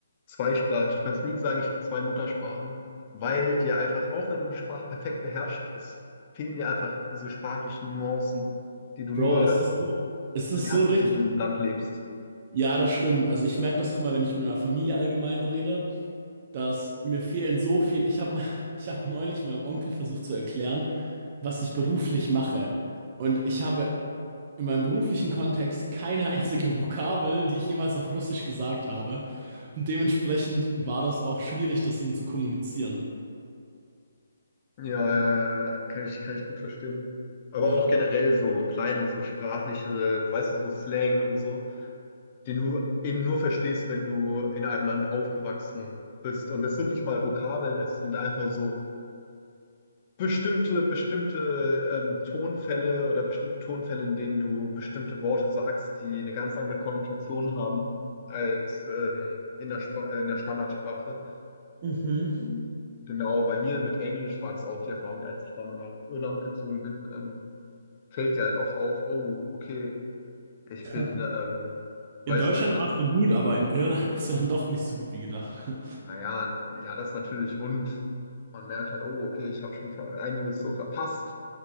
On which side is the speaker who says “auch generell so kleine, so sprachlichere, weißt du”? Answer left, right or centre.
Left